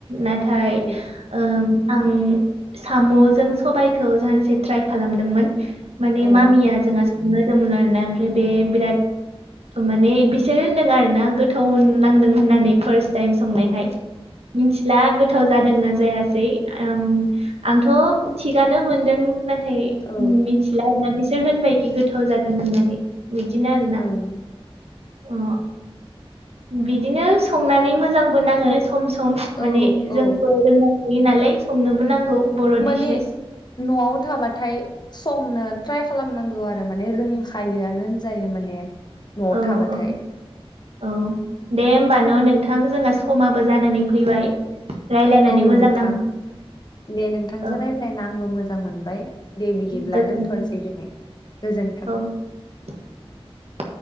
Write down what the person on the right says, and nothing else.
नाथाय
ओ आं साम'जों सबायाइखौ सानसे ट्राइ खालामदोंमोन। माने
मामिया जोंहा सोंनो होदोंमोन आरोना ओमफ्राय बे बिराद माने बिसोर होनदों आरो ना गोथाव नांदों होननानै फार्स्ट टाइम संनायखाय।
मिथिला गोथाव जादोंना जायासै उम आंथ' थिगानो मोनदों नाथाय
मिथिला होना बिसोर होनबायखि गोथाव जादों होननानै। बिदिनो आरो ना
अ बिदिनो संनानै मोजांबो नाङो सम सम
माने जोंबोखौ
रोंनांगौनालाय संनोबो नांगौ बर'
डिसेस
औ
औ औ दे होमबान' नोंथां जोंहा समाबो जानानै फैबाय रायज्लायनानै
मोजां
नां
औ
गोजोनथों
औ <inaudible>